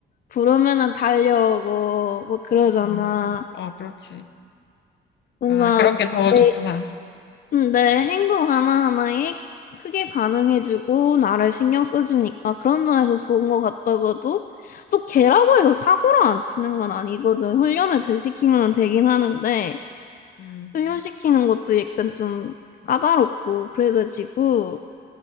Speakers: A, on the left; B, on the left.
A: 부르면은 달려오고 뭐 그러잖아.
B: 음. 어, 그렇지.
A: 뭔가
B: 아, 그런 게 더
A: 내
B: 좋구나.
A: 음, 내 행동 하나하나에 크게 반응해주고 나를 신경 써주니까 그런 면에서 좋은 것 같다고도 또 걔라고 해서 사고를 안 치는 건 아니거든. 훈련을 재시키면 되긴 하는데
B: 음,
A: 훈련시키는 것도 약간 좀 까다롭고 그래가지고